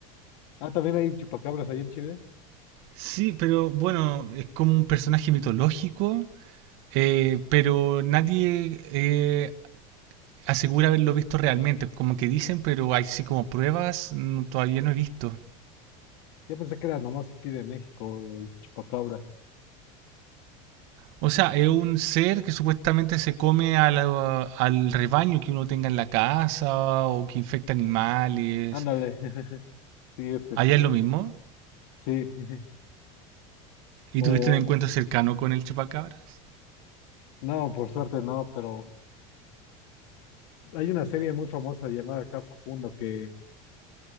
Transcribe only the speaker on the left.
Ah, también hay chupacabras allá en Chile.
Yo pensé que era nomás aquí de México, eh, chupacabras.
Ándale, <laughs> sí, este,
sí. <laughs>
O,
no, por suerte no, pero hay una serie muy famosa llamada acá Facundo que,